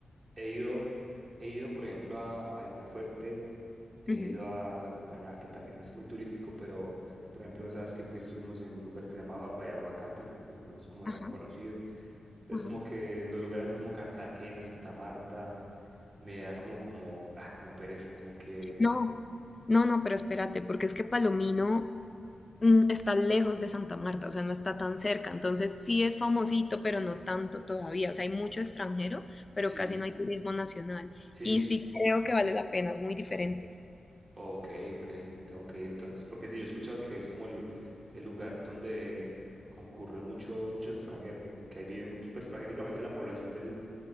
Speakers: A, on the right (about 40°); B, on the left (about 25°).
A: He ido, he ido, por ejemplo, a, a Isla Fuerte, he
B: Ujú.
A: ido a Capurganá, que también es muy turístico, pero, por ejemplo, esa vez que fui estuvimos en un lugar que se llamaba Bayaguacate, que no es como
B: Ajá,
A: tan conocido. Entonces,
B: ajá.
A: como que los lugares así como Cartagena, Santa Marta, me da como, como, ah, como pereza, como que,
B: No, no, no, pero espérate, porque es que Palomino mm, está lejos de Santa Marta, o sea, no está tan cerca. Entonces sí es famosito, pero no tanto todavía. O sea, hay mucho extranjero, pero
A: sí,
B: casi no hay turismo nacional.
A: sí,
B: Y
A: yo, es-
B: sí creo que vale la pena, es muy diferente.
A: ok, ok, tengo que ir entonces, porque sí, yo he escuchado que es como el, el lugar donde concurren mucho, mucho extranjero, como que ahí vive mucho, pues prácticamente la población del